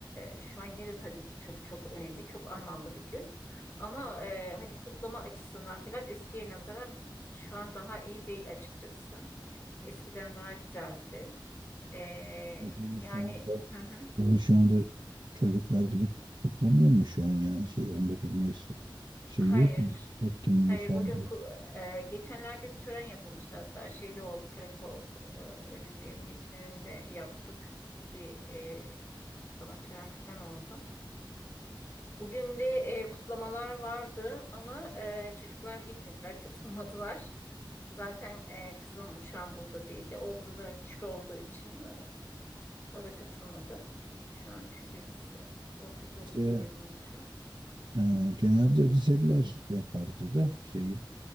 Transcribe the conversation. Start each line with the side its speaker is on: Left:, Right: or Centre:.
Left: e, şu an yine de tabii ki çok çok önemli, çok anlamlı bir gün. Ama e, hani kutlama açısından falan eskiye nazaran şu an daha iyi değil açıkçası. Eskiden daha güzeldi. E,
Right: Yani Senin
Left: yani
Right: şu anda,
Left: hı hı,
Right: senin şu anda çocuklar gidip kutlamıyor mu şu an yani şey 19 Mayıs şey
Left: hayır.
Right: yok mu? Etkinliği
Left: Hayır
Right: falan.
Left: bugün ku- e, geçenlerde bir tören yapılmıştı hatta şeyde oldu karakol e, önünde emniyetin önünde yaptık bir e, kutlama tören falan oldu. Bugün de e, kutlamalar vardı ama e, çocuklar gitmediler <laughs> katılmadılar. Zaten e, kızım şu an burada değil oğlum da küçük olduğu için e, o da katılmadı. Şu an çünkü lise ortaokul
Right: Bize
Left: yılında şu an.
Right: eee, genelde liseliler yapardı da şeyi